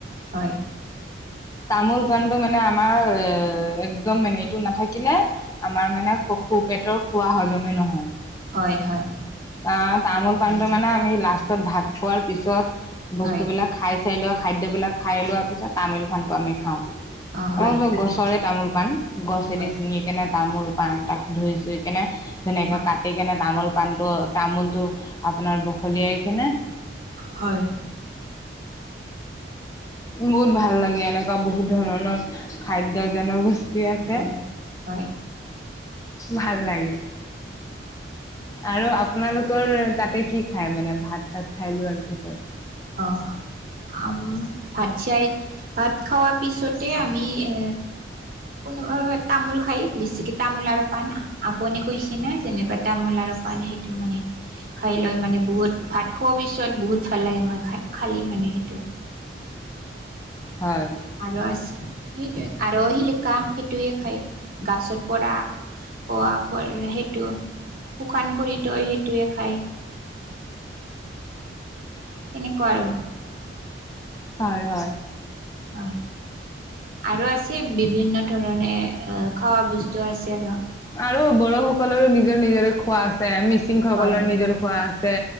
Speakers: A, on the right (about 50°); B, on the left (about 20°).
A: হয়
B: তামোল পাণটো মানে আমাৰ এ একদম মানে এইটো নাথাকিলে আমাৰ মানে খু খু পেটৰ খোৱা হজমে নহয়
A: হয় হয়
B: অ তামোল পানটো মানে আমি লাষ্টত ভাত খোৱাৰ পিছত বস্তুবিলাক
A: হয়
B: খাই চাই লোৱা খাদ্যবিলাক খাই লোৱাৰ পিছত তামোল-পাণটো আমি খাওঁ
A: অ
B: আমাৰ
A: হয়
B: চব গছৰে তামোল পাণ গছেদি
A: হয়
B: ছিঙি কেনে তামোল পাণ তাক ধুই চুই কেনে ধুনীকে
A: অ
B: কাটি কেনে তামোল পাণটো তামোলটো আপোনাৰ বখলিয়াই কিনে
A: হয়
B: বহুত ভাল লাগে এনেকুৱা বহুত ধৰণৰ খাদ্য জনগোষ্ঠী টি আছে
A: হয় হয়
B: ভাল লাগে আৰু আপোনালোকৰ তাতে কি খাই মানে ভাত চাত খাই লোৱাৰ পিছত
A: অ আম ভাত চাইত ভাত খাৱা পিছতে আমি এ কোনো তামোল খাই বেছিকে তামোল আৰু পাণ আপুনি কৈছে না যেনিবা তামোল আৰু পান সেইটো মানে খাই লৈ মানে বহুত ভাত খোৱা পিছত বহুত ভাল লাগে মানে খাই- খালী মানে সেইটো।
B: হয়
A: আৰু আছে। সেইটোৱে। আৰু শিলি কা সেইটোয়ে খায়। গাছত পৰা পোৱা ফল সেইটো। শুকান কৰি তই সেইটোৱে খায়। সেনেকুৱা আৰু।
B: হয় - হয়।
A: হয় আৰু আছে বিভিন্ন ধৰণে অ'- খাৱা বস্তু আছে আৰু।
B: আৰু বড়োসকলৰো নিজৰ নিজৰে খোৱা আছে। মিছ ছিংসকলৰ
A: হয়
B: নিজৰ খোৱা আছে।